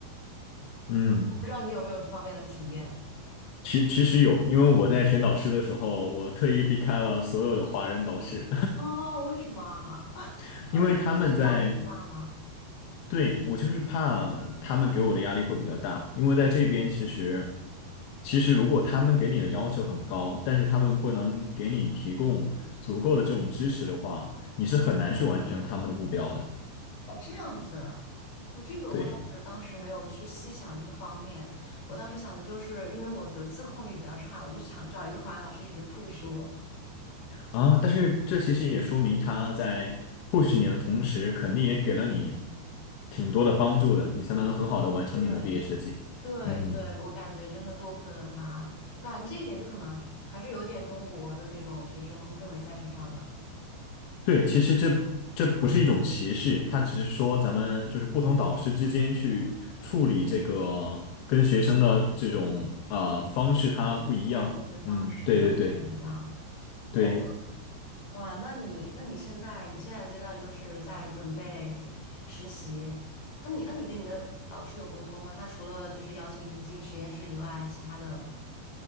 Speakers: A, on the left; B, on the left.
A: 嗯。
B: 我不知道你有没有这方面的体验
A: 其其实有，因为我在选导师的时候，我特意避开了所有的华人导师，
B: 哦？为什么啊？<laughs>
A: <laughs>
B: 会会觉得压力很大吗？
A: 因为他们在，对，我就是怕他们给我的压力会比较大，因为在这边其实，其实如果他们给你的要求很高，但是他们不能给你提供足够的这种支持的话，你是很难去完成他们的目标的。
B: 哦，这样子啊，哦，这个我倒是当时没有去细想这个方面，
A: 对。
B: 我当时想的就是，因为我的自控力比较差，我就想找一个华人老师一直 push 我。
A: 啊，但是这其实也说明他在或许你的同时，肯定也给了你挺多的帮助的，你才能很好的完成你的毕业设计。
B: 对，对对，
A: 嗯，
B: 我感觉真的多亏了他，我感觉这一点就可能还是有点中国的那种学生氛围在身上的，
A: 对，其实这这不是一种歧视，它只是说咱们就是不同导师之间去处理这个跟学生的这种啊方式，
B: 关系。
A: 它不一样。
B: 对，教学方式都不太一样。
A: 嗯，对对对
B: 那我
A: 对。
B: 哇，那你那你现在你现在阶段就是在准备实习，那你那你跟你的导师有沟通吗？他除了就是邀请你进实验室以外，其他的